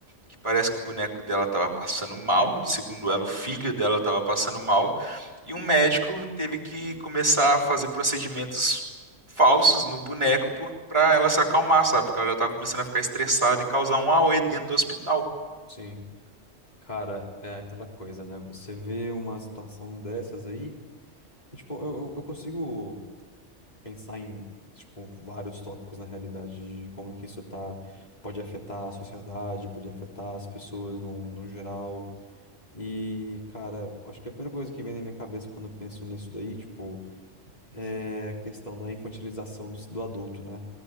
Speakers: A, on the right; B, on the left.
A: que parece que o boneco dela tava passando mal, segundo ela, o filho dela tava passando mal, e um médico teve que começar a fazer procedimentos falsos no boneco por, pra ela se acalmar, sabe? Porque ela já tava começando a ficar estressada e causar um AOE dentro do hospital.
B: sim. Cara, é aquela coisa, né? Você vê uma situação dessas aí, e, tipo, eu, eu eu consigo pensar em, tipo, vários tópicos na realidade de como que isso tá, pode afetar a sociedade, pode afetar as pessoas no, no geral. E, cara, acho que a primeira coisa que vem na minha cabeça quando eu penso nisso daí, tipo, é a questão da infantilização do, do adulto, né?